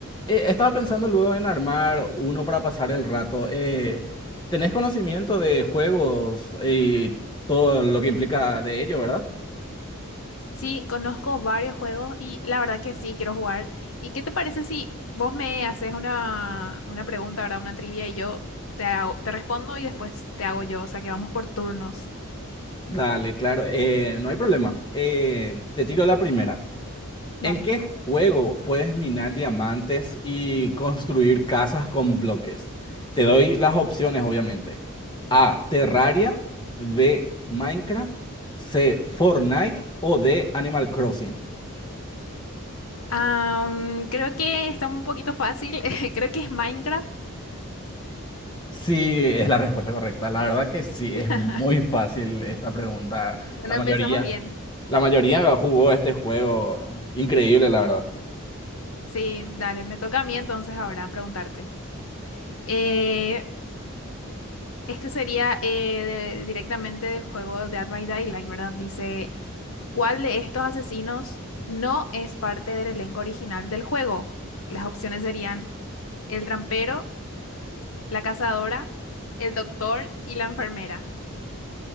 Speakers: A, on the left; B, on the left.
A: Eh, estaba pensando luego en armar uno para pasar el rato. Eh, ¿tenés conocimiento de juegos y todo lo que implica de ello, ¿verdad?
B: Sí, conozco varios juegos y la verdad que sí, quiero jugar. ¿Y qué te parece si vos me haces una, una pregunta, ¿verdad? Una trivia y yo te hago- te respondo y después te hago yo. O sea, que vamos por turnos.
A: Dale, claro, eh, no hay problema. Eh, te tiro la primera.
B: Dale.
A: ¿En qué juego puedes minar diamantes y construir casas con bloques? Te doy las opciones, obviamente. A. Terraria. B. Minecraft. C. Fortnite. O D. Animal Crossing.
B: Am, creo que está un poquito fácil. <laughs> Creo que es Minecraft.
A: Sí, es la respuesta correcta. La verdad que sí,
B: <laughs>
A: es muy fácil esta pregunta.
B: Bueno,
A: La mayoría.
B: empezamos bien.
A: La mayoría jugó este juego. Increíble, la verdad.
B: Sí, dale, me toca a mí entonces ahora preguntarte. Eh, este sería eh, de- directamente del juego Dead by Daylight, ¿verdad? Dice, ¿cuál de estos asesinos no es parte del elenco original del juego? Las opciones serían el trampero, la cazadora, el doctor y la enfermera.